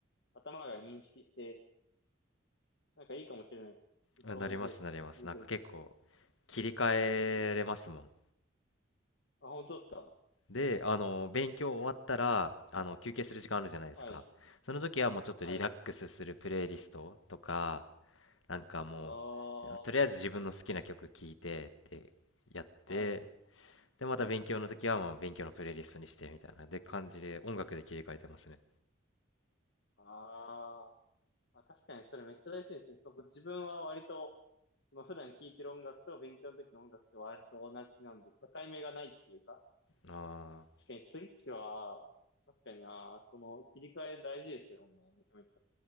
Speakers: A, on the left; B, on the left.
A: 頭が認識して、なんかいいかもしれないです。ずっと同じやつ続けるっていうのは。
B: あなりますなりますなんか結構切り替えれますもん
A: あ、本当ですか
B: で、あの、勉強終わったら、あの、休憩する時間あるじゃないですか。
A: はい。
B: その時はもうちょっとリラックスするプレイリストとか、
A: はい。
B: なんかもう、
A: おー、
B: とりあえず自分の好きな曲聴いてってやって、
A: はい。
B: で、また勉強の時はもう勉強のプレイリストにしてみたいな、で感じで音楽で切り替えてますね。
A: あー、あ、確かにそれめっちゃ大事ですね。そこ自分は割と、まあ、普段聴いてる音楽と勉強の時の音楽って割と同じなんで、境目がないっていうか、
B: ああ、
A: 確かにスイッチは、確かにな、その切り替え大事ですよね、めちゃめちゃ。